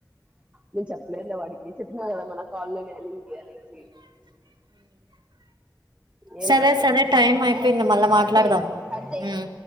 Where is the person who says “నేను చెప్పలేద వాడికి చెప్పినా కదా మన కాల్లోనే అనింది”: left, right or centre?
Right